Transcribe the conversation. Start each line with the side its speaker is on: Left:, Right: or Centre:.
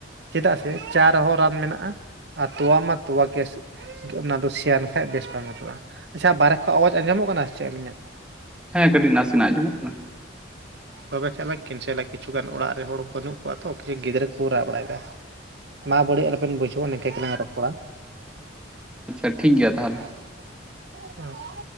Right: ᱪᱮᱫᱟᱜ ᱥᱮ ᱪᱟ ᱨᱮᱦᱚᱸ ᱨᱟᱱ ᱢᱮᱱᱟᱜᱼᱟ, ᱟᱨ ᱛᱚᱣᱟ ᱢᱟ ᱛᱚᱣᱟ ᱠᱮᱥ ᱚᱱᱟ ᱫᱚ ᱥᱮᱭᱱ ᱠᱷᱟᱱᱡ ᱵᱮᱥ ᱵᱟᱝ ᱵᱩᱪᱚᱜᱼᱟ, ᱟᱪᱪᱷᱟ ᱵᱟᱦᱨᱮ ᱠᱷᱚᱡ ᱟᱣᱟᱡᱽ ᱟᱸᱡᱚᱢᱚᱜ ᱠᱟᱱᱟ ᱪᱮᱫ ᱟᱹᱞᱤᱧᱟᱜ᱾
Centre: ᱦᱮᱸ ᱠᱟᱹᱴᱤᱡ ᱱᱟᱥᱮᱱᱟᱜ ᱟᱸᱡᱚᱢᱚᱜ ᱠᱟᱱᱟ᱾
Right: ᱛᱚᱵᱮ ᱠᱷᱟᱡ ᱞᱟᱝ ᱠᱮᱱᱥᱮᱞᱟ, ᱠᱤᱪᱷᱩᱜᱟᱱ ᱚᱲᱟᱜ ᱨᱮ ᱦᱚᱲ ᱵᱟᱹᱱᱩᱜ ᱠᱚᱣᱟ ᱛᱚ ᱠᱤᱪᱷᱩ, ᱜᱤᱫᱽᱨᱟᱹ ᱠᱚ ᱨᱟᱜ ᱵᱟᱲᱟᱭᱮᱫᱟ᱾ ᱢᱟ ᱵᱟᱹᱲᱤᱡ ᱟᱞᱚᱵᱤᱱ ᱵᱩᱡᱷᱟᱹᱣᱟ ᱱᱤᱝᱠᱟᱹ ᱜᱮᱞᱟᱝ ᱨᱚᱯᱚᱲᱟ᱾
Centre: ᱟᱪᱪᱷᱟ ᱴᱷᱤᱠ ᱜᱮᱭᱟ ᱛᱟᱦᱚᱞᱮ᱾
Right: ᱦᱩᱸ <inaudible>